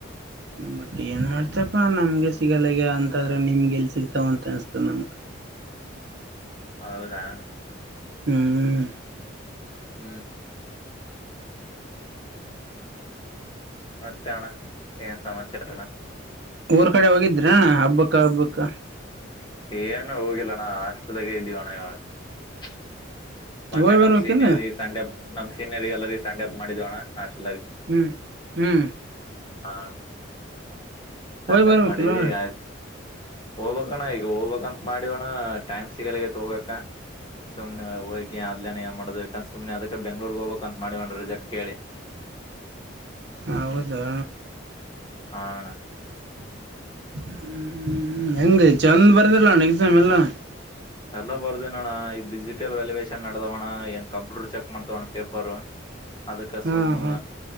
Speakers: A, on the right (about 55°); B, on the left (about 20°).
A: ಹಾ, ಬಟ್, ಏನ್ ಮಾಡ್ತೀಯಪ್ಪ, ನಮ್ಗೆ ಸಿಗಲ್ಲಗೆ ಅಂತಾದ್ರೆ ನಿಮ್ಗೆ ಎಲ್ ಸಿಗ್ತಾವ ಅಂತ ಅನ್ಸ್ತ ನಮ್ಗ. <unintelligible> <unintelligible> <inaudible>
B: ಹೌದಾ? <inaudible>
A: ಹ್ಮ್, ಹ್ಮ್ಮ್. <inaudible>
B: ಹ್ಮ್ ಮತ್ತೆನ್ನ, ಏನ್, ಸಮಾಚಾರನಾ. <inaudible>
A: ನಿಮ್ಮು ಊರ್, ಕಡೆ ಹೋಗಿದ್ದ! ಹಬ್ಬಕ್ಕ, ಹಬ್ಬಕ್ಕ? <inaudible>
B: ಏನು, ಹೋಗಿಲ್ಲಣ್ಣ, ಹಾಸ್ಟೆಲ್ ದಾಗ! ಇದ್ದೀನಿ ಅಣ್ಣ. <inaudible> ಮೊನ್ನೆ,
A: ಹೋಗ್ ಬರ್ಬೇಕಿಲ್ಲ
B: ನಮ್ ಸೀನಿಯರ್, ಸೆಂಡ ಅಪ್ ನಮ್ ಸೀನಿಯರ್ ಎಲ್ಲರಿಗೆ, ಸೆಂಡ್ ಆಫ್ಅಪ್ ಮಾಡಿದೋಣ್ಣ, ಅಷ್ಟೆ! <inaudible>
A: ಹ್ಮ್, ಹ್ಮ್. <inaudible>
B: ಹಾ, ಅಣ್ಣ. <inaudible> ಸ್ಯಾಂಡಪ್,
A: ಹೋಗ್ ಬರ್ಬೇಕಿಲ್ಲ
B: ಮಾಡಿವಿ,
A: ಅಣ್ಣ
B: ಆಯ್ತು! <inaudible> ಹೋಗ್ಬೇಕು, ಅಣ್ಣ, ಈಗ ಹೋಗ್ಬೇಕಂತ ಮಾಡಿವಿ, ಟೈಮ್, ಸಿಗಲ್ಲ ಹೋಗೋಕೆ? <unintelligible> ಸುಮನೆ ಹೋಗಿ, ಅಲಿಯೆನ್ನ, ಏನ್ ಮಾಡುದು, ಅಂತ, ಸುಮ್ನೆ ಅದಕ್ಕೆ, ಬೆಂಗಳೂರಿಗೆ ಹೋಗ್ಬೇಕಕ್ ಅಂತ ಮಾಡಿವಿ, ರಿಸಲ್ಟ್ಕೇಳಿ. <inaudible>
A: ಹೌದಾ!
B: ಹಾ ಅಣ್ಣ
A: <unintelligible> ಹ್ಮ್, ಯಂಗ್ ಚಂದ್ ಬರ್ಲಿಲ್ಲ, ಅಣ್ಣಾ, ಇದನ್ನಲ್ಲ? <unintelligible>
B: ಎಲ್ಲ, ಬರ್ದಿದ್ದೀನಿ ಅಣ್ಣ, ಇ ಡಿಜಿಟಲ್ ವ್ಯಾಲ್ಯುವೇೇಶನ್, ನಡದವಣ್ಣ ಏನ್ ಕಂಪ್ಯೂಟರ್, ಚೆಕ್! ಮಾಡ್ತವಣ್ಣ, ಪೇಪರ್? <inaudible> ಅದಕ್ಕ,
A: ಹಾ
B: ಸುಮ್ಮ,
A: ಹಾ